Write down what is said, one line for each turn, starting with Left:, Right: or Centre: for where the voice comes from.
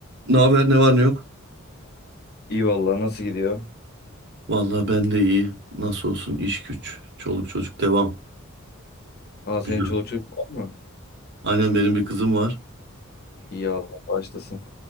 Right: Ne haber, ne var ne yok?
Left: İyi vallahi nasıl gidiyor?
Right: Vallahi ben de iyi. Nasıl olsun iş güç, çoluk çocuk devam.
Left: Aa senin
Right: Güzel.
Left: çoluk çocuk var mı?
Right: Aynen benim bir kızım var.
Left: İyi Allah başlasın.